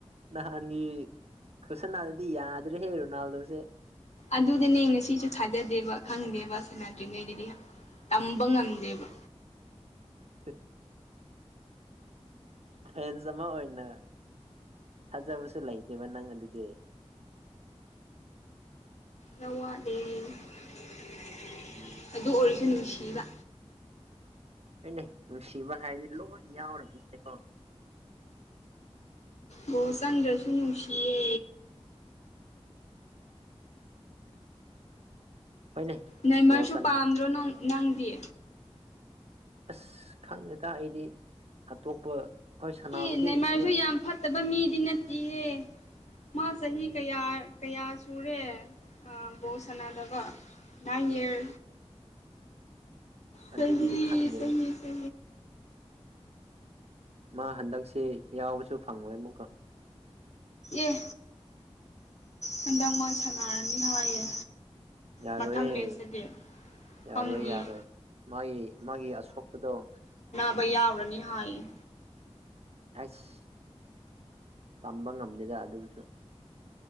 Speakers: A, on the right (about 65°); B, on the left (about 75°).
A: ꯅꯍꯥꯟꯒꯤ ꯈ ꯁꯅꯥꯗꯗꯤ ꯌꯥꯗ꯭ꯔꯦ ꯍꯦ ꯔꯣꯅꯥꯜꯗꯣꯁꯦ
B: ꯑꯗꯨꯗꯤꯅꯦ ꯉꯁꯤꯁꯨ ꯊꯥꯖꯗꯦꯕ ꯈꯪꯗꯦꯕ ꯎꯕꯥ ꯁꯅꯗꯤꯉꯩꯗꯗꯤ ꯇꯝꯕ ꯉꯝꯗꯦꯕ
A: <inaudible> <unintelligible> ꯐꯦ ꯐꯖ ꯑꯃ ꯑꯣꯏꯅ ꯊꯥꯖꯕꯁꯨ ꯂꯩꯇꯦꯕ ꯅꯪ ꯑꯗꯨꯗꯤ
B: <unintelligible>
A: ꯎꯝ
B: ꯑꯗꯨ ꯑꯣꯔꯤꯖꯤꯅꯦꯜꯁ ꯂꯩꯕ
A: ꯀꯩꯅ ꯅꯨꯡꯁꯤꯕ ꯍꯥꯏꯗꯤ ꯂꯣꯏ ꯌꯥꯎꯔꯕꯅꯤꯦꯀꯣ
B: ꯕ ꯆꯪꯗ꯭ꯔꯁꯨ ꯅꯨꯡꯁꯤꯌꯦ
A: ꯍꯣꯏꯅꯦ
B: ꯅꯃꯔꯁꯨ
A: ꯒꯣꯜ ꯆꯟ
B: ꯄꯥꯝꯗ꯭ꯔꯣ ꯅꯪ ꯅꯪꯗꯦ
A: ꯑꯁ ꯈꯪꯗꯦꯗ ꯑꯩꯗꯤ ꯑꯇꯣꯞꯄ ꯍꯣꯏ ꯁꯥꯟꯅꯕꯗꯤ
B: ꯑꯦ ꯅꯏꯃꯥꯏꯁꯨ
A: ꯂꯣꯏ
B: ꯌꯥꯝ ꯐꯠꯇꯕ ꯃꯤꯗꯤ ꯅꯠꯇꯦꯍꯦ ꯃꯥ ꯆꯍꯤ ꯀꯌꯥ ꯀꯌꯥ ꯁꯨꯔꯦ ꯕꯣ ꯁꯥꯟꯅꯗꯕ ꯅꯥꯏꯟ ꯏꯔ ꯁ
A: ꯑꯗꯨꯕꯨꯗꯤ ꯈꯪꯗꯦꯕ
B: ꯁꯍꯤ ꯁ
A: ꯃꯥ ꯍꯟꯗꯛꯁꯤ ꯌꯥꯎꯕꯁꯨ ꯐꯪꯉꯣꯏ ꯑꯃꯨꯛꯀ
B: ꯑꯦ ꯍꯟꯗꯛ ꯋꯥ ꯁꯥꯟꯅꯔꯅꯤ ꯍꯥꯏꯌꯦ
A: ꯌꯥꯔꯣꯏꯌꯦ
B: ꯃꯊꯪ ꯃꯦꯠꯁꯇꯗꯤ
A: ꯌꯥꯔꯣꯏ
B: ꯈꯪꯗꯤꯌꯦ
A: ꯌꯥꯔꯣꯏ ꯃꯥꯒꯤ ꯃꯥꯒꯤ ꯑꯁꯣꯛꯄꯗꯣ
B: ꯕ ꯌꯥꯎꯔꯅꯤ ꯍꯥꯏ
A: ꯑꯩꯁ ꯇꯝꯕ ꯉꯝꯗꯦꯗ ꯑꯗꯨꯁꯨ